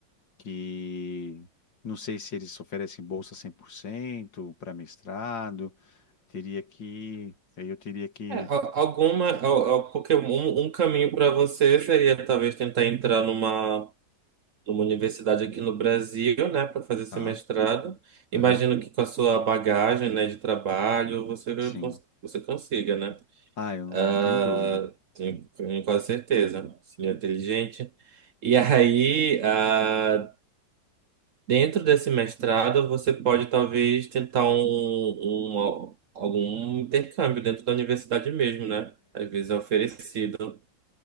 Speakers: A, on the left; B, on the right.
A: Que não sei se eles oferecem bolsa 100% para mestrado. Teria que. Aí eu teria que.
B: É, al- alguma, al- al- porque um, um um caminho para você seria talvez tentar entrar numa, numa universidade aqui no Brasil, né, para fazer
A: Tá?
B: esse mestrado. Imagino
A: Aham.
B: que com a sua bagagem, né, de trabalho, você,
A: Sim.
B: cons- você consiga, né?
A: Ah, eu não
B: Ah,
A: tenho dúvida.
B: Tenho, tenho quase certeza. Seria inteligente. E aí, ah, dentro desse mestrado, você pode talvez tentar um, um- algum intercâmbio dentro da universidade mesmo, né? Às vezes é oferecido.